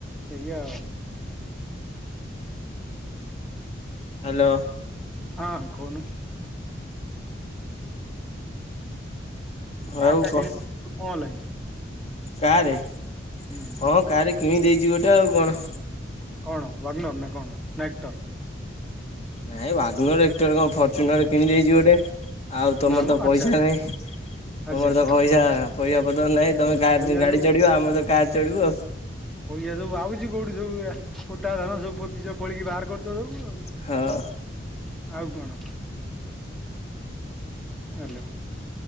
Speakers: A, in the centre; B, on the left.
A: ଏଇାଆ ଆଉ।
B: ହାଲୋ
A: ହଁ କହୁନୁ। କାର୍
B: ଆଉ
A: ଟା
B: କହ
A: କିଣି <inaudible> କଣ ହେଲା କି?
B: କାରେ
A: ହୁଁ
B: ହଁ କାରେ କିଣି ଦେଇ ଜି ଗୋଟେ ଆଉ କଣ।
A: କଣ ୱାଗନୋର ନା କଣ ନା ଏକ୍ଟର?
B: ନାଇଁ ୱାଗନୋର ଏକ୍ଟର କଣ ଫର୍ଚୁନର କିଣିଦେଇଛି ଗୋଟେ। ଆଉ ତମର
A: ନା ମ
B: ତ ପଇସା
A: ଆଚ୍ଛା
B: ନାଇଁ। ତମର
A: ଆଚ୍ଛା
B: ତ ପଇସା ପଇସା ପତ୍ର ନାହିଁ। ତମେ କାର
A: ପଇସା
B: ଗାଡି
A: ଯୋଉ
B: ଚଢିବ ଆମର ତ କାର ଚଢିବୁ ଆଉ।
A: ପଇସା ସବୁ ଆଉଛି କୋଉଠି ସବୁ ଆ। ପୋତାଧନ ସବୁ ପୋତିଛ ଖୋଳିକି ବାହାର କରିଛ ସବୁ ଆଉ।
B: ହଁ
A: <inaudible> ଆଉ କଣ? ହ୍ୟାଲୋ